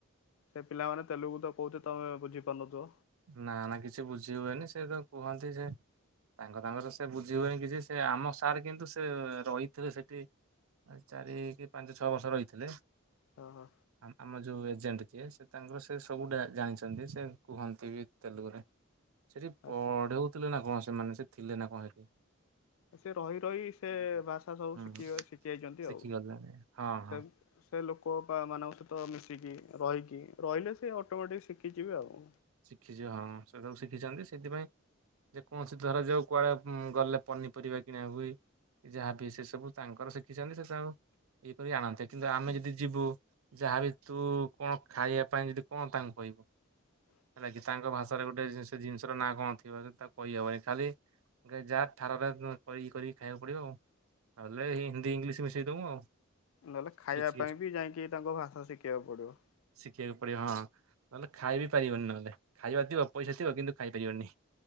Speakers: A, on the left; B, on the right.
A: ସେ ପିଲାମାନେ ତେଲୁଗୁ ତ କହୁ ଥିବେ ତମେ ବୁଝି ପାରୁନଥବ।
B: ନା ନା କିଛି ବୁଝି ହୁଏନି ସେ ତ କୁହନ୍ତି ସେ। ତାଙ୍କ ତାଙ୍କର ସେ ବୁଝି ହୁଏନି କି ଯେ ସେ ଆମ ସାର୍ କିନ୍ତୁ ସେ ରହିିଥିବେ ସେଠି। ଚାରି କି ପାଞ୍ଚ ଛଅ ବର୍ଷ ରହିଥିଲେ।
A: ଓହୋ,
B: ଆମ ଯୋଉ ଏଜେଣ୍ଟ ଯିଏ ସେ ତାଙ୍କର ସେ ସବୁ ଡା ଜାଣିଛନ୍ତି ସେ କୁହନ୍ତି ବି ତେଲୁଗୁ ରେ। ସେଠି
A: ଆ
B: ପଅଢଉଥିଲେ ନା କଣ ସେମାନେ ସେ ଥିଲେ ନା କଣ ହେଠି।
A: ସେ ରହି ରହି ସେ ଭାଷା ସବୁ
B: ହୁଁ
A: ଶିଖି ଶିଖିଯାଇଛନ୍ତି
B: ଶିଖିଗଲେଣି
A: ଆଉ
B: ହଁ ହଁ
A: ସେ ସେ ଲୋକ ପା ମାନଙ୍କ ସହିତ ମିଶିକି ରହିକି ରହିଲେ ସେ ଅଟୋମେଟିକ ଶିଖିଯିବେ ଆଉ।
B: ଶିଖିଯିବେ ହଁ ସେଟାକୁ ଶିଖିଛନ୍ତି ସେଥିପାଇଁ। ଯେ କୌଣସି ଧରଯାଉ କୁଆଡେ ଗଲେ ପନିପରିବା କିଣା ହୁଏ। ଯାହାବି ସେ ସବୁ ତାଙ୍କର ଶିଖିଛନ୍ତି ସେସବୁ, ଇଏ କରି ଆଣନ୍ତେ କିନ୍ତୁ ଆମେ ଯଦି ଯିବୁ ଯାହାବି ତୁ କଣ ଖାଇବା ପାଇଁ ଯଦି କଣ ତାଙ୍କୁ କହିବୁ।
A: <inaudible>
B: ହେଲା କିି ତାଙ୍କ ଭାଷାରେ ଗୋଟେ ସେ ଜିନିଷର ନାଁ କଣ ଥିବ ସେ ତାକୁ କହିହବନି ଖାଲି ଯାହା ଠାରରେ ଏ ଇଏ କରିକି ଖାଇବାକୁ ପଡିବ ଆଉ ନହେଲେ ହିନ୍ଦୀ ଇଂଲିଶ ମିଶେଇଦମୁ ଆଉ
A: ନହେଲେ ଖାଇବା
B: କିଛି କିଛି
A: ପାଇଁ ବି ଯାଇକି ତାଙ୍କ ଭାଷା ଶିଖିବାକୁ ପଡିବ।
B: ଶିଖିବାକୁ ପଡିବ ହଁ ନହେଲେ ଖାଇବି ପାରିବନି ନହେଲେ ଖାଇବା ଥିବ ପଇସା ଥିବ କିନ୍ତୁ ଖାଇପାରିବନି।